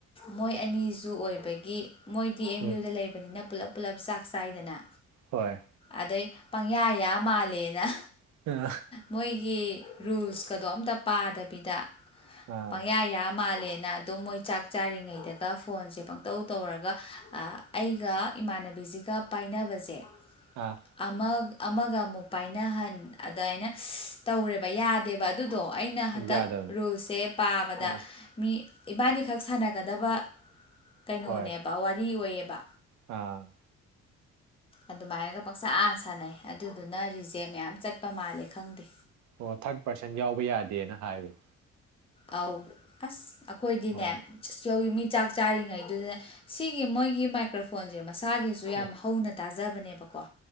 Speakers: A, on the left; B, on the right.
A: ꯃꯣꯏ ꯑꯅꯤꯁꯨ ꯑꯣꯏꯕꯒꯤ ꯃꯣꯏꯗꯤ ꯑꯦꯝ
B: ꯎꯝ
A: ꯌꯨꯗ ꯂꯩꯕꯅꯤꯅ ꯄꯨꯂꯞ ꯄꯨꯂꯞ ꯆꯥꯛ ꯆꯥꯏꯗꯅ
B: ꯍꯣꯏ
A: ꯑꯗꯩ ꯄꯪꯌꯥ ꯌꯥ ꯃꯥꯜꯂꯦꯅ
B: <unintelligible>
A: ꯃꯣꯏꯒꯤ ꯔꯨꯜꯁꯀꯗꯣ ꯑꯝꯇ ꯄꯥꯗꯕꯤꯗ
B: ꯑꯥ
A: ꯄꯪꯌꯥ ꯌꯥ ꯃꯥꯜꯂꯦꯅ ꯑꯗꯨꯝ ꯃꯣꯏ ꯆꯥꯛ ꯆꯥꯔꯤꯉꯩꯗꯒ ꯐꯣꯟꯁꯦ ꯄꯪꯇꯧ ꯇꯧꯔꯒ ꯑꯩꯒ ꯏꯃꯥꯟꯅꯕꯤꯁꯤ ꯒ ꯄꯥꯏꯅꯕꯁꯦ
B: ꯑꯥ
A: ꯑꯃ ꯑꯃꯒ ꯃꯨꯛ ꯄꯥꯏꯅꯍꯟ ꯑꯗꯥꯏꯅ ꯇꯧꯔꯦ ꯕ ꯌꯥꯗꯦꯕ ꯑꯗꯨꯗꯣ ꯑꯩꯅ ꯍꯟꯗꯛ
B: ꯌꯥꯗꯕꯅꯤ
A: ꯔꯨꯜꯁꯦ ꯄꯥꯕꯗ
B: ꯑꯥ
A: ꯃꯤ ꯏꯕꯥꯟꯅꯤꯈꯛ ꯁꯥꯟꯅꯒꯗꯕ ꯀꯩꯅꯣꯅꯦꯕ
B: ꯍꯣꯏ
A: ꯋꯥꯔꯤ ꯑꯣꯏꯌꯦꯕ
B: ꯑꯥ
A: ꯑꯗꯨꯃꯥꯏꯅꯒ ꯄꯥꯛꯁꯥ ꯁꯥꯟꯅꯩ ꯑꯗꯨꯗꯨꯅ ꯔꯤꯖꯦꯛ ꯃꯌꯥꯝ ꯆꯠꯄ ꯃꯥꯜꯂꯦ ꯈꯪꯗꯦ
B: ꯑꯣ ꯊꯥꯔꯠ ꯄꯔꯁꯟ ꯌꯥꯎꯕ ꯌꯥꯗꯦꯅ ꯍꯥꯏꯕꯅꯦ
A: ꯑꯧ ꯑꯁ ꯑꯩꯈꯣꯏꯗꯤꯅꯦ
B: ꯍꯣꯏ
A: ꯌꯧꯋꯤ ꯃꯤ ꯆꯥꯛ ꯆꯥꯔꯤꯉꯩꯗꯨꯗ ꯁꯤꯒꯤ ꯃꯣꯏꯒꯤ ꯃꯥꯏꯀ꯭ꯔꯣꯐꯣꯟꯁꯦ ꯃꯁꯥꯒꯤꯁꯨ ꯌꯥꯝ
B: ꯎꯝ
A: ꯍꯧꯅ ꯇꯥꯖꯕꯅꯦꯕꯀꯣ